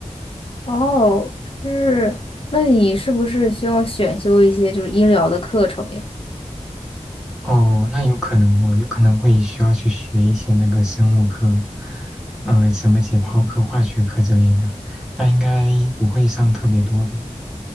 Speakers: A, on the left; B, in the centre.
A: 哦，是，那你是不是需要选修一些就是医疗的课程呀？
B: 哦，那有可能哦，有可能会需要去学一些那个生物课，嗯、什么解剖课、化学课之类的，但应该不会上特别多吧？